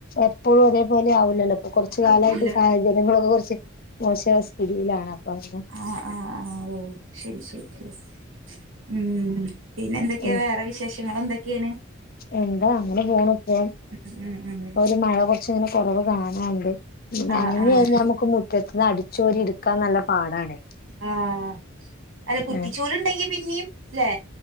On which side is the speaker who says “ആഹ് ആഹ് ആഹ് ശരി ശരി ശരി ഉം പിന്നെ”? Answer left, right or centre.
Right